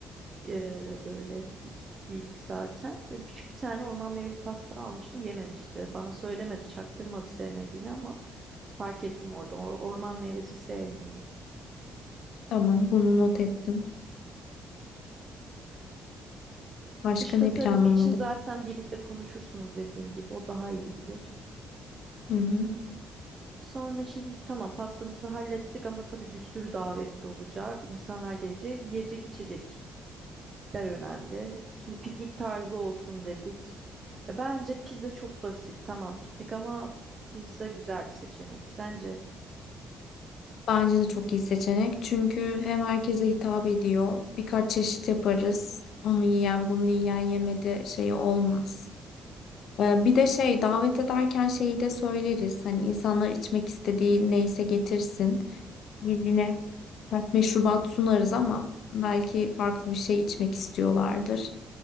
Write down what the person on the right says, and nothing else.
Ee, böyle iki kişiydik zaten. Böyle küçük bir tane orman meyveli pasta almıştım. Yememişti. Bana söylemedi, çaktırmadı sevmediğini ama fark ettim orada. O- Orman meyvesi sevmiyor.
Dış tasarım
için zaten birlikte konuşursunuz dediğim gibi. O daha iyi bilir.
Hmm. Sonra şimdi tamam pastamızı hallettik ama tabii bir sürü davetli olacak. İnsanlar gelecek. Yiyecek içecekler önemli. Şimdi piknik tarzı olsun dedik. Ya bence pizza çok basit. Tamam piknik ama pizza güzel bir seçenek. Sence?